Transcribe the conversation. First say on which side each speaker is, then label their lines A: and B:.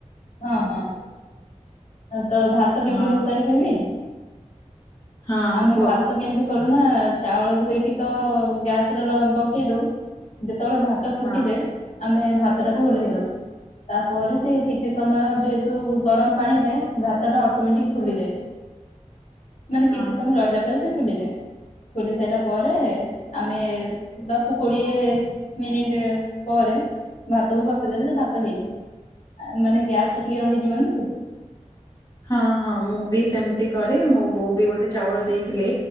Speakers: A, on the left (about 70°); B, on the left (about 30°).
A: ହଁ ହଁ ତ ଭାତ କେମିତି
B: ହଁ
A: ବସାଏ କହିବି?
B: ହଁ
A: ଆମେ
B: କୁହ
A: ଭାତ କେମିତି କରୁନା ଚାଉଳ ଧୋଇକି ତ ଗ୍ୟାସରେ ଲ ବସେଇ ଦଉ ଯେ ଯେତବେଳେ ଭାତ ଫୁଟିଯାଏ।
B: ହଁ
A: ଆମେ ଭାତ ଟାକୁ ଓଲ୍ହେଇ ଦଉ ତାପରେ ସେ କି କିଛି ସମୟ ଯେହେତୁ ଗରମ ପାଣି ଥାଏ ଭାତ ଟା ଅଟୋମେଟିକ ଫୁଲିଯାଏ। ମାନେ କିଛି
B: ହଁ।
A: ସମୟ ରହିଲା ପରେ ସେ। ଫୁଲିଯାଏ ଫୁଲି ସାରିଲା ପରେ ଆମେ ଦଶ କୋଡିଏ ମିନିଟ ପରେ ଭାତକୁ ବସେଇଦେଲେ ସେ ଭାତ ହେଇଯାଏ। ମାନେ ଗ୍ୟାସ ଟା ଟିକେ ରହିଯିବ ନା ସେ
B: ହଁ ହଁ ମୁଁ ବି ସେମ ତି କରେ ମୋ ବୋଉ ବି ଗୋ ଗୋଟେ ଚାଉଳ ଦେଇଥିଲେ